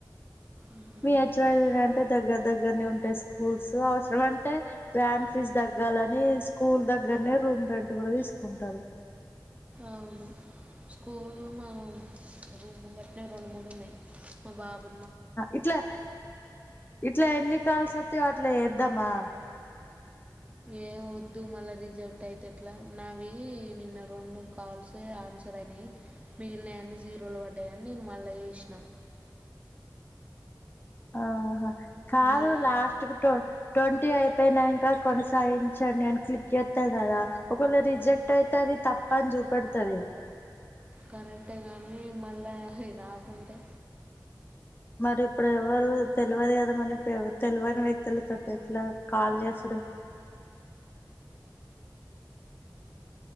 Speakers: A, on the right (about 15°); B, on the left (about 30°).
A: ఉమ్,
B: మీ హెచ్వాలుంటే దగ్గర దగ్గరనే ఉంటాయి స్కూల్స్ అవసరం అంటే వ్యాన్ ఫీజ్ తగ్గాలని స్కూల్ దగ్గరనే రూమ్ రెంట్ గూడా తీసుకుంటరు
A: అవును స్కూల్ మా రూమ్ ముగట్నే రెండు మూడు ఉన్నాయి మా బాబు
B: ఇట్లే ఇట్లే ఎన్ని కాల్స్ అత్తయో ట్ల ఏద్దమా
A: ఏ వద్దు మళ్ళా రిజెక్ట్ అయితే ఎట్లా నావి నిన్న రెండు కాల్సే ఆన్సర్ అయినాయి మిగిలినయా అన్ని జీరోలు పడ్డాయని నేను మళ్ళా చేసినా
B: ఆహ కాదు
A: మళ్ళా
B: లాస్ట్ కి ట్వంటీ అయితే పోయినాక కొనసాగించండి అని క్లిక్ చేస్తాను కదా ఒకవేళ రిజెక్ట్ అయితే అది తప్ప అని చూపెడుతుంది
A: కరెక్టే కగానీ మళ్ళా ఇ రాకుంటే
B: మరి ఇప్పుడు ఎవరు తెలవదు కదా మనకి తెలువని వ్యక్తుల తోటి ఏట్లా కాల్ చేసూడు